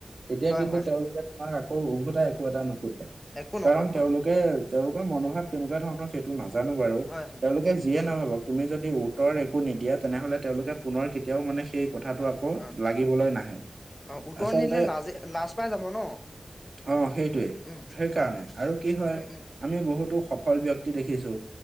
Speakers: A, on the right; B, on the left.
A: তেতিয়া
B: হয়,
A: কিন্তু
B: হয়,
A: তেওঁলোকে তোমাক আকৌ উভতাই একো এটা নুশুধে।
B: একো
A: কাৰণ
B: নকয় হয়,
A: তেওঁলোকে তেওঁলোকৰ মনোভাৱ কেনেকুৱা ধৰণৰ সেইটো নাজানো বাৰু।
B: হয়,
A: তেওঁলোকে
B: হয়।
A: যিয়ে
B: উম,
A: নাভাবক তুমি যদি উত্তৰ একো নিদিয়াত তেনেহলে তেওঁলোকে
B: উম,
A: পুনৰ কেতিয়াও মানে সেই কথাটোত আকৌ
B: অ',
A: লাগিবলৈ নাহে।
B: অ উত্তৰ
A: আচলতে
B: নিদিলে লাজে লাজ পাই যাব। ন?
A: অ সেইটোৱেই।
B: উম,
A: সেইকাৰণে
B: হয়, হয়,
A: আৰু কি হয়
B: উম, উম,
A: আমি বহুতো সফল ব্যক্তি দেখিছো।